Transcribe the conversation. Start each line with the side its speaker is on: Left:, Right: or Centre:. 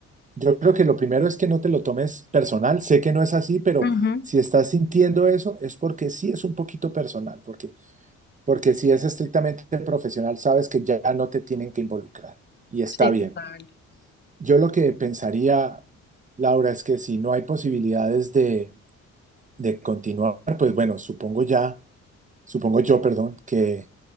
Right: Yo creo que lo primero es que no te lo tomes personal. Sé que no es así, pero
Left: Ujú,
Right: si estás sintiendo eso es porque sí es un poquito personal, porque, porque si es estrictamente profesional, sabes que ya no te tienen que involucrar y está
Left: Sí,
Right: bien.
Left: total.
Right: Yo lo que pensaría, Laura, es que si no hay posibilidades de de continuar, pues bueno, supongo ya, supongo yo, perdón, que,